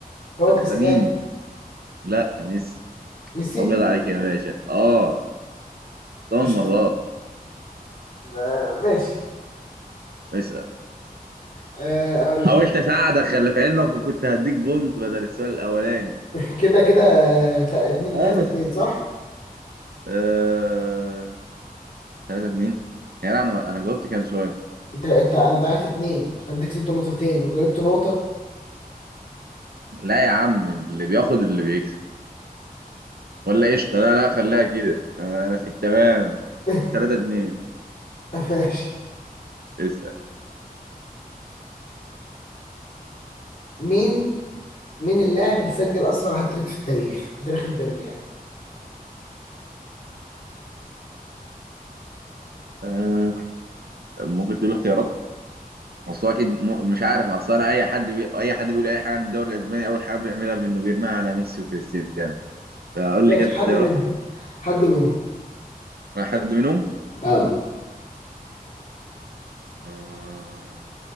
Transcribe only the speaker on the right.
فانت
مين لا ميسي
ابيض عليك يا باشا اه ثمان
مرات
اسأل
حاولت
اساعدك خلي في علمك وكنت هديك بونت بدل السؤال الاولاني
اه
بس
آه... 3 2 يعني انا انا جاوبت كام سؤال
لا يا عم اللي بياخد اللي بيكسب ولا قشطه لا لا خليها كده آه انا في التمام
3 2
اسأل
آه... طب ممكن تقول اختيارات اصل هو اكيد م... مش عارف اصل انا اي حد بي... اي حد بيقول اي حاجه عن الدوري الاسباني اول حاجه بيعملها بانه بيرميها على ميسي وكريستيانو فقول
لي كده
اختيارات
واحد منهم
آه،